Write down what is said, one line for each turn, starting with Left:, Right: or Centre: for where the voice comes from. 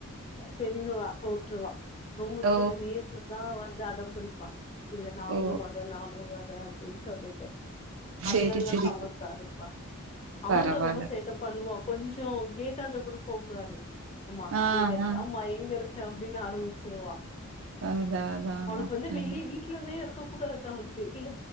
Left: செரின்னுவா வுட்ருவா
Right: ஓ
Left: சில நேரத்துல தா அவ அடம் புடிப்பா இல்ல நானு
Right: ஓ
Left: வர நானு வ ர அப்டின்னு சொல்லிட்டு அத்லெல்லா
Right: சேரி சேரி
Left: சமத்தா இருப்பா அவந்தா
Right: பரவால்ல
Left: ரொம்ப சேட்டப் பண்ணுவா கொஞ்சோ கேட்டாண்ட கூட போ கூடாது அம்மா
Right: ஆ
Left: எங்க இருக்
Right: ஆ
Left: அம்மா எங்க இருக் அப்டின் ஆரம்பிச்சிருவா
Right: அதா அதா
Left: அவனுக்கு
Right: அதா
Left: வந்து
Right: ம்
Left: வெளி வீட்லவே இருக்க கூடாது அவனுக்கு இல்ல